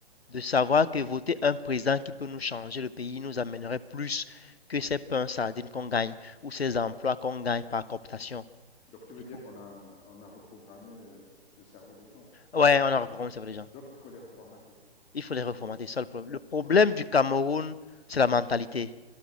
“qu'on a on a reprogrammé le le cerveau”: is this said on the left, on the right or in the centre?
Left